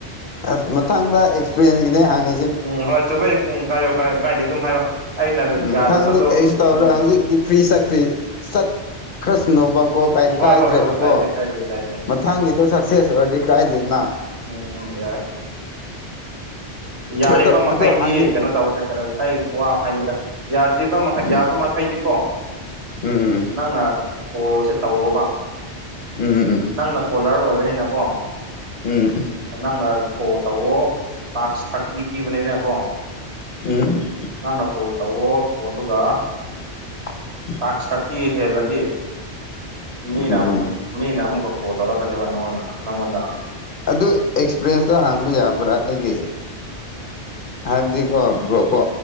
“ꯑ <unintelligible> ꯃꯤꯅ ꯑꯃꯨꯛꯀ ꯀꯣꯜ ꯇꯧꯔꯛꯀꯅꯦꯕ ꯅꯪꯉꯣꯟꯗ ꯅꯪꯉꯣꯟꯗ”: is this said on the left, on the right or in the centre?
Right